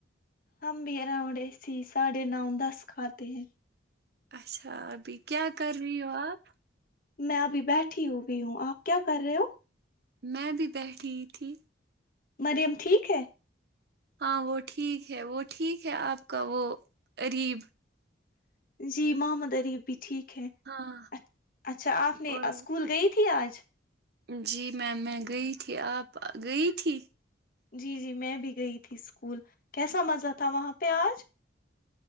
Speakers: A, on the left (about 50°); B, on the right (about 55°).
A: ہم بھی اراؤنڈ ایسی ساڑھے نو دس کھاتے ہیں
B: اچھا بی کیا کر رہی ہو آپ
A: میں ابھی بیٹھی ہوئی ہوں آپ کیا کر رہے ہو
B: میں بھی بیٹھی تھی
A: مریم ٹھیک ہے
B: ہاں وہ ٹھیک ہے وہ ٹھیک ہے آپ کا وہ اریب
A: جی محمد عریف ٹھیک ہے
B: ہاں
A: اچ اچھا آپ نے
B: اور
A: اسکول گئی تھی آج جچ <unintelligible>
B: جی میم میں گئی تھی آپ گئی تھی
A: جی جی میں بھی گئی تھی اسکول کیسا مزہ تھا بتا وہاں پیاز <unintelligible>